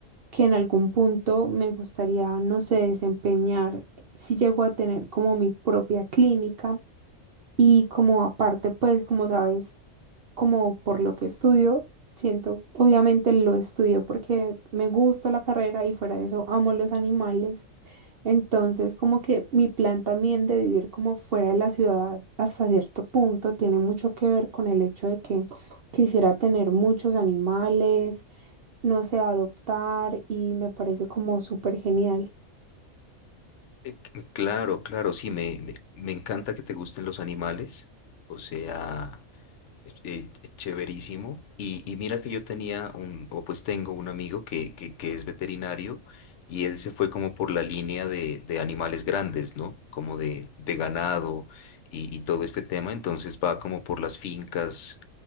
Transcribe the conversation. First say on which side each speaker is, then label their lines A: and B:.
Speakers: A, on the right (about 60°); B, on the left (about 65°).
A: que en algún punto me gustaría, no sé, desempeñar si llego a tener como mi propia clínica. Y como aparte, pues como sabes, como por lo que estudio, siento, obviamente lo estudio porque me gusta la carrera y fuera de eso amo los animales. Entonces, como que mi plan también de vivir como fuera de la ciudad hasta cierto punto tiene mucho que ver con el hecho de que quisiera tener muchos animales, no sé, adoptar y me parece como súper genial.
B: Eh, c- claro, claro, sí, me, me, me encanta que te gusten los animales. O sea, eh, eh, Chéverísimo. Y, y mira que yo tenía un, o pues tengo un amigo que, que, que es veterinario y él se fue como por la línea de, de animales grandes, ¿no? Como de, de ganado y, y todo este tema. Entonces va como por las fincas,